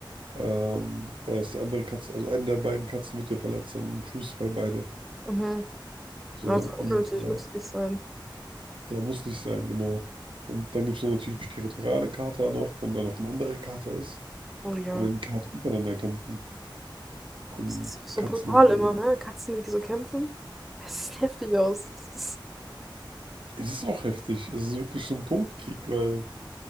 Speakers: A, on the right; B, in the centre.
A: ähm, oder dass die andere Katze, also eine der beiden Katzen wird ja verletzt sein, im schlimmsten Fall beide.
B: Mhm.
A: So,
B: Ja, das ist unnötig,
A: und äh,
B: muss nicht sein.
A: Ja, muss nicht sein, genau. Und dann gibt es ja natürlich territoriale Kater noch, wenn da noch ein anderer Kater ist,
B: Oh ja.
A: dann werden die Kater untereinander kämpfen. Und
B: Das ist so
A: Katzen
B: brutal
A: generell.
B: immer, ne? Katzen, die so kämpfen. Es sieht heftig aus. Das ist
A: Es ist auch heftig. Es ist wirklich so ein Todkrieg, weil